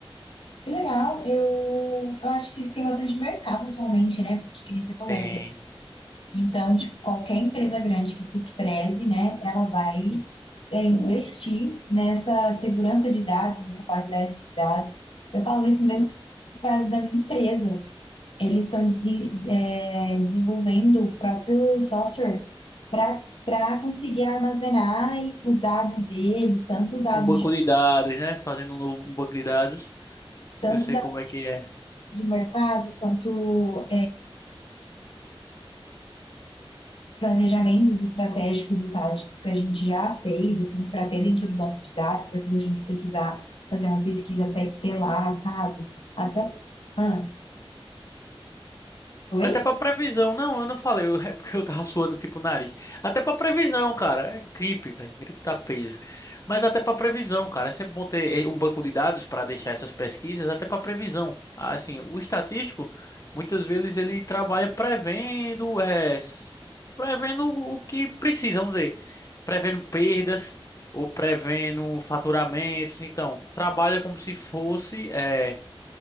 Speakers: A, on the left; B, on the left.
A: Que legal. Eu, eu acho que tem bastante mercado atualmente, né? Porque, que nem você falou,
B: Tem.
A: é Então, tipo, qualquer empresa grande que se preze, né, ela vai é, investir nessa segurança de dados, nessa qualidade de dados. Eu falo isso mesmo no caso da minha empresa. Eles estão desi- é, desenvolvendo o próprio software para para conseguir armazenar os dados dele, tanto dados
B: um banco
A: de,
B: de dados, né? Fazendo um novo um banco de dados.
A: tanto
B: Eu sei
A: dados
B: como é que é.
A: de mercado quanto planejamentos estratégicos e táticos que a gente já fez, assim, para ter dentro do banco de dados, para quando a gente precisar fazer uma pesquisa até ter lá, sabe? Até. Ah, oi?
B: Até pra previsão. Não, eu não falei. eu- É porque eu tava suando tipo o nariz. Até pra previsão, cara. É gripe, velho. Gripe tá peso. Mas até pra previsão, cara. É sempre bom ter eh, um banco de dados pra deixar essas pesquisas, até pra previsão. Ah, Assim, o estatístico, muitas vezes ele trabalha prevendo, é, s- prevendo o que precisa, vamos dizer. Prevendo perdas ou prevendo faturamentos. Então, trabalha como se fosse, é,